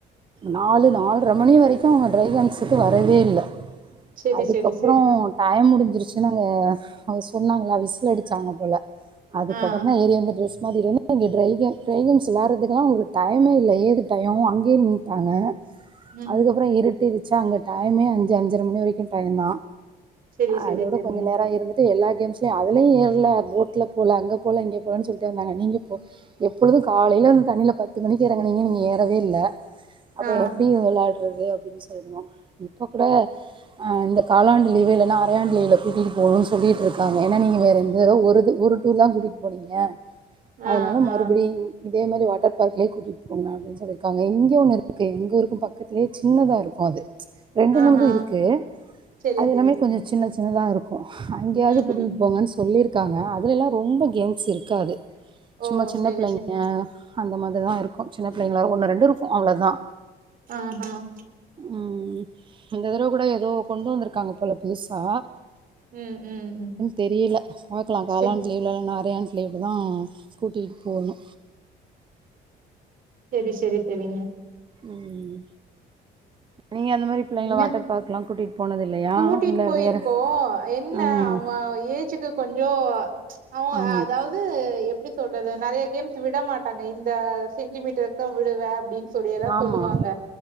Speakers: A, on the right (about 30°); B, on the right (about 55°).
A: நாலு நால்ர மணி வரைக்கி அவுங்க ட்ரை கேம்ஸ் உட்டுவரவே இல்ல
B: செரி
A: அதுக்கப்புறோ
B: செரி செரி
A: டைய முடிஞ்சிருச்சுன்ன அங்க அவுங்க சொன்னாங்களா விசில் அடிச்சாங்க போல அதுக்கப்றோ
B: ஆ
A: தா ஏரி வந்து டிரெஸ் மாதிரி வந்து இது வந்து இங்கே ட்ரைகேம் ட்ரைகேம்ஸ்ஸு விள்ளாடுரத்துக்குலா உங்களுக்கு டைமே இல்ல ஏது டைம் அங்கேயே நின்ட்டாங்க
B: ம்
A: அதுக்கப்றோ இருட்டு இருச்சா அங்க டைமே அஞ்சு அஞ்சர மணி வரைக்கு டைம் தா
B: செரி செரி
A: அதோட
B: செரிங்க
A: கொஞ்சோ நேரோ இருந்து ட்டு எல்லா கேம்ஸ்லையு அதுலயு ஏற்ல போட்டுல போல அங்க போல இங்க போலன்னு சொல் லட்டே வந்தாங்க நீங்க போ எப்பொழுது காலையில வந்து தண்ணியில பத்து மணிக்கு எறங்க நீங்க நீங்க ஏறவே இல்ல அப்ப
B: ஆ
A: எப்டி இது விள்ளாடுறது அப்டின்னு சொல்ருந்தோ இப்ப கூட ஆ இந்த காலாண்டு லீவு இல்லன்னா அரையாண்டு லீவுல கூட்டிகிட்டு போகணுன்னு சொல்லிட்ருக் ஏன்னா நீங்க வேற இந்ததரவா ஒருது ஒரு டூர் தா கூட்டிட்டு போனீங்க அதனால
B: ஆ
A: மறுபுடி
B: ஆ
A: இதே மெரி வாட்டர் பார்க்லியே கூட்டிட்டு போங்க அப்டின் சொல்லிருக்காங்க இங்கே ஒன்னு இருக்கு எங் ஊர்க்கு பக்கத்து லியே சின்னதா இருக்கு அது ரெண்டு
B: ஆஹா
A: மூணுது இருக்கு
B: செரி
A: அது
B: செரி
A: எல்லாமே
B: செரி
A: கொஞ்சோ சின்ன சின்னதா இருக்கு அங்கியாவது
B: ம்
A: கூட்டிட்டு
B: ம்
A: போங்கன்னு சொல்லிருக்காங்க அதுல எல்லா ரொம்ப கேம்ஸ் இருக்காது சும்மா
B: ஓ
A: சின்ன
B: செரி
A: பிள்ளைங்க
B: செரி
A: அந்த மாதிரிதா இருக்கு சின்ன புள்ளைங்களா ஒண்ணு ரெண்டு இருக்கு அவ்ளோதா
B: ஆ ஹம்
A: ம் இந்த தடவ கூட ஏதோ கொண்டு வந்திருக்காங்க போல புதுசா
B: ம் ம் ம்
A: தெரியில பாக்கலா காலாண்ட
B: செ
A: லீவுலா இல்லனா அறையாண்ட் லீவ்லா தா கூட்டிகிட்டு போணு
B: செரி செரி செரிங்க
A: ம் நீங்க அந்த மாரி புள்ளைங்க
B: நீங்க
A: வாட்டர் பார்க்குலா கூட்டிட்டு போனது இல்லையா
B: கூட்டிட்டு
A: இல்ல
B: போயிருக்கோ
A: வேற
B: என்ன
A: ம்
B: அவ ஏஜுக்கு கொஞ்சோ <unintelligible>
A: ஆமா
B: அதாவ்து எப்டி சொல்றது நெறைய கேம்ஸ்ஸு விட மாட்டாங்க இந்த சென்டிமீட்டருக்கு தா விடுவே அப்டின் சொல்லியெல்லா
A: ஆமா
B: சொல்லுவாங்க